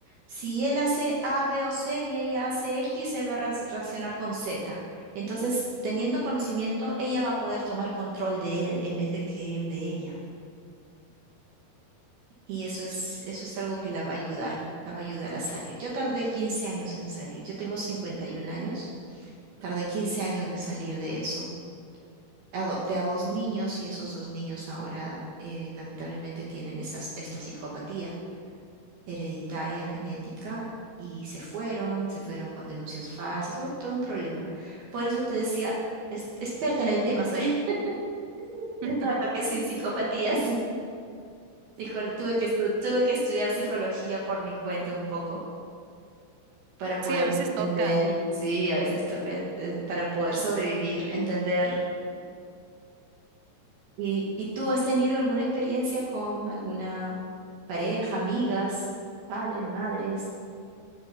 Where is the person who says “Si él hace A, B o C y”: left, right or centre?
Right